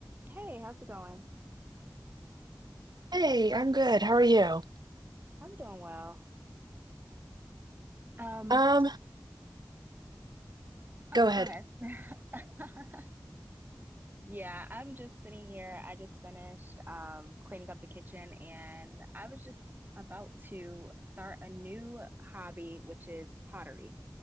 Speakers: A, on the right; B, on the right.
A: Hey, how's it going?
B: Hey, I'm good. How are you?
A: I'm doing well. Um,
B: Um,
A: oh,
B: go ahead.
A: go ahead. <laughs> Yeah, I'm just sitting here. I just finished um cleaning up the kitchen and I was just about to start a new hobby, which is pottery.